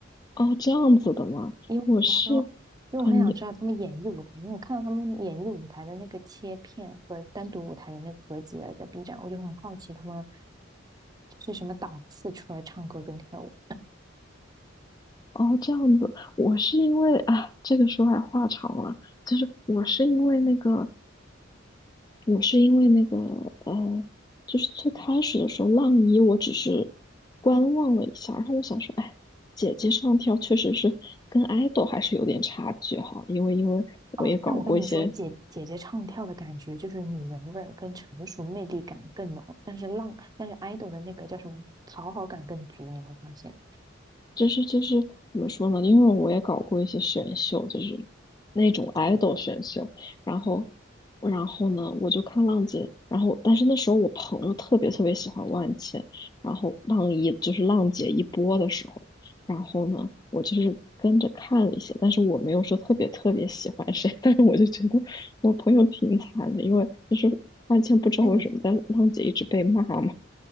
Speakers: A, on the left; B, on the right.
A: 哦，这样子的吗？
B: 因为我当中，
A: 我是，
B: 因为我很想知道他们演绎舞台，
A: 啊，你，
B: 因为我看到他们演绎舞台的那个切片和单独舞台的那个合集了，在 B 站，我就很好奇他们是什么档次出来唱歌跟跳舞。
A: 哦，这样子，我是因为，啊这个说来话长了，就是我是因为那个，我是因为那个，呃，就是最开始的时候，浪一我只是观望了一下，然后我想说，哎，姐姐唱跳确实是跟 idol 还是有点差距哈，因为因为我也搞过一些
B: 哦，但我跟你说，姐姐姐唱跳的感觉就是女人味儿跟成熟魅力感更浓，但是浪，但是 idol 的那个叫什么讨好感更足，你会发现。
A: 就是就是怎么说呢？因为我也搞过一些选秀，就是那种 idol 选秀，然后然后呢，我就看浪姐，然后但是那时候我朋友特别特别喜欢万茜，然后浪一就是浪姐一播的时候，然后呢，我就是跟着看了一些，但是我没有说特别特别喜欢谁，<laughs> 但是我就觉得我朋友挺惨的，因为就是万茜不知道为什么在浪姐一直被骂嘛。
B: 那你